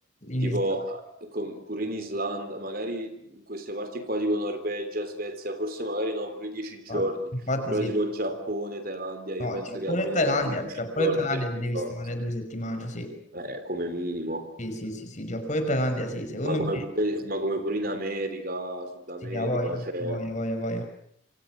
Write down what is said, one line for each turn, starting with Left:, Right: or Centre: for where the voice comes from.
Left: in
Right: tipo,
Left: Islanda.
Right: con- pure in Islanda, magari in queste parti qua, tipo Norvegia, Svezia, forse magari no, pure 10 giorni,
Left: Infatti, infatti
Right: però
Left: sì.
Right: tipo Giappone, Thailandia, io
Left: No,
Right: penso
Left: Giappone
Right: che almeno
Left: e Thailandia.
Right: 15
Left: Giappone
Right: giorni
Left: e Thailandia
Right: devi
Left: ti devi
Right: fare.
Left: stare due settimane, sì.
Right: Eh, come minimo,
Left: Sì, sì, sì, sì. Giappone e Thailandia, sì. Secondo
Right: ma come
Left: me
Right: pure, ma come pure in America, Sud America,
Left: sì, a voglia, a
Right: cioè,
Left: voglia, a voglia. a voglia.